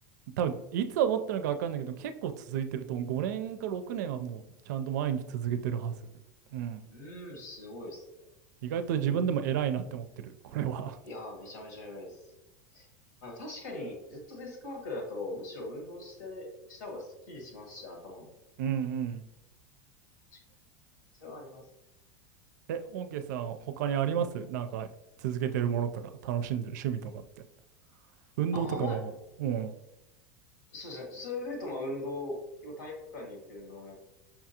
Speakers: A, on the right; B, on the left.
A: 多分いつ思ったのか分かんないけど、結構続いてると思う、5年か6年はもう、ちゃんと毎日続けてるはず。うん。
B: うーん、すごいですね。
A: 意外と自分でも偉いなって思ってる、これは。
B: いやー、めちゃめちゃ偉いです。あの、確かにずっとデスクワークだと、むしろ運動して、した方がスッキリしますし、頭も。
A: <laughs> うんうん
B: 確かに。それはありますね。
A: え、オーケーさん、他にありますなんか、続けてるものとか、楽しんでる趣味とかって。運動とかも、
B: ああ、まあ、
A: うん。
B: そうですね。それで言うと、まあ、運動、結構体育館に行って運動もやっ